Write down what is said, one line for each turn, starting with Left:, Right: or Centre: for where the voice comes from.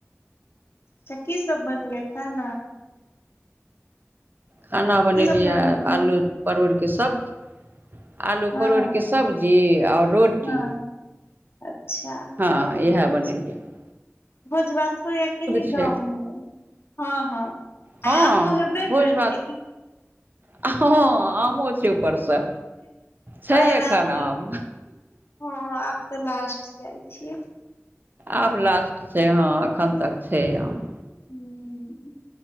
Left: की सब बनैलियै खाना?
Right: खाना बनेलियै
Left: की सब बनैया
Right: ह आलू परोड़के सब्जी, आलू
Left: हँ
Right: परोड़के सब्जी। जी आओर रोटी,
Left: हँ अच्छा
Right: हँ इएह बनेलियै ह।
Left: भोज भात हो या कि नहि
Right: छै
Left: गाँवमें? हँ -हँ।
Right: हँ
Left: आमओ हेबे करतै
Right: भोज भात
Left: की?
Right: हँ आमो छै ऊपरसँ, छै
Left: ओएह ने
Right: एखन
Left: आब तऽ
Right: आम।
Left: हँ आब तऽ लास्ट जाइ छै।
Right: आब लास्ट छै, हँ एखन तक छै आम।
Left: हूं,